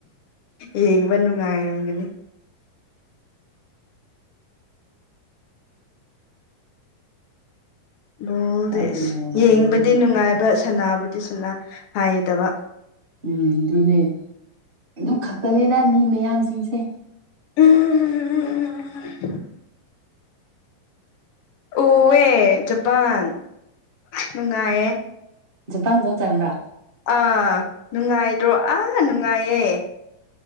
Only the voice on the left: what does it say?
ꯌꯦꯡꯕ ꯅꯨꯡꯉꯥꯏꯔꯝꯒꯅꯤ ꯕꯣꯜꯗꯤꯁ
ꯌꯦꯡꯕꯗꯤ ꯅꯨꯡꯉꯥꯏꯕ ꯁꯅꯥꯕꯗꯤ ꯁꯅ ꯍꯥꯏꯇꯕ
ꯎꯝ ꯎ ꯎꯝ ꯎꯋꯦ ꯖꯄꯥꯟ ꯅꯨꯡꯉꯥꯏꯌꯦ
ꯑꯥ ꯅꯨꯡꯉꯥꯏꯇ꯭ꯔꯣ ꯑꯥ ꯅꯨꯡꯉꯥꯏꯌꯦ